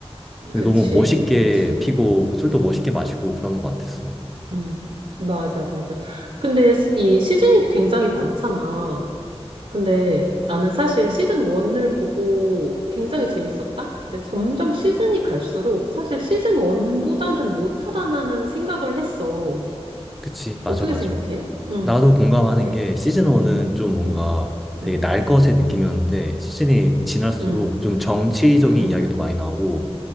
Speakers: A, in the centre; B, on the right.
A: 근데
B: 그치,
A: 너무 멋있게
B: 그치.
A: 피고 술도 멋있게 마시고 그러는 것 같았어.
B: 음, 맞아, 맞아. 근데 이 시즌이 굉장히 많잖아. 근데 나는 사실 시즌 1을 보고 굉장히 재밌었다? 근데 점점 시즌이 갈수록 사실 시즌 1보다는 못하다는 생각을 했어.
A: 그치. 맞아
B: 어떻게
A: 맞아.
B: 생각해? 응,
A: 나도 공감하는
B: 그래?
A: 게 시즌 1은 좀 뭔가
B: 응,
A: 되게
B: 응,
A: 날 것의 느낌이었는데
B: 응,
A: 시즌이 지날수록
B: 응,
A: 좀 정치적인
B: 응,
A: 이야기도 많이 나오고